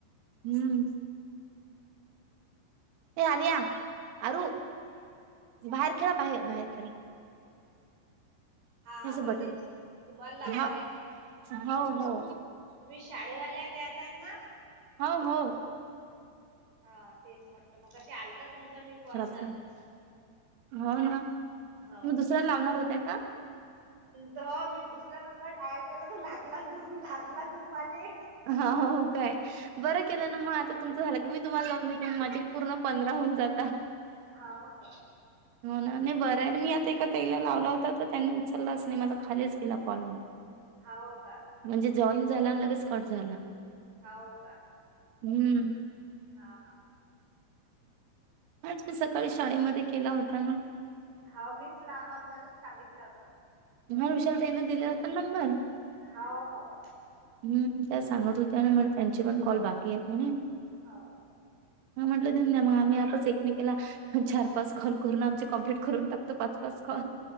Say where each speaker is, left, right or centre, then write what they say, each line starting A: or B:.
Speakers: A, on the right; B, on the right.
A: हम्म. हे आर्या आरु बाहेर खेळा, बाहेर बाहेर खेळा.
B: हा हा
A: हेच आहे
B: गीते
A: बटन,
B: तुम्हाला लागला
A: हो
B: आहे ना
A: हो हो.
B: तुम्ही शाळेवाल्या त्याच आहेत ना?
A: हो, हो.
B: हा तेच म्हटलं मगाशी आलता तुमचा आणि मी कॉल
A: खराब
B: चालू
A: झालं
B: होता.
A: हो ना?
B: हो.
A: तुम्ही दुसऱ्याला लावणार होत्या का?
B: तवा मी दुसरा नंबर डायल केला तर लागला लागला तुम्हाला.
A: हा हो हो काय बरं केलं ना मग आता तुमचं झालं की मी तुम्हाला लावून देते मग माझे. पूर्ण पंधरा होऊन जाता.
B: हाव हो.
A: हो ना नाही बरं आहे मी आता एका तईला लावला होता तर त्यांनी उचललाच नाही माझा खालीच गेला कॉल मग.
B: हो का.
A: म्हणजे जॉईन झाला आणि लगेच कट झाला.
B: हो का?
A: हम्,
B: हा
A: आज काय सकाळी शाळेमध्ये. केला होता ना.
B: हा मीस ला हा मलाच सांगितला होता.
A: तुम्हाला विशाल तईने दिले होता नंबर.
B: हाव हाव.
A: हम्म त्या सांगत होत्या ना म्हणे त्यांचे पण कॉल बाकी आहेत म्हणे.
B: हो.
A: हा म्हटलं त मग आम्ही आपच एकमेकीला. चार पाच कॉल करून आमचे कमप्लीट करून टाकतो पाच पाच कॉल.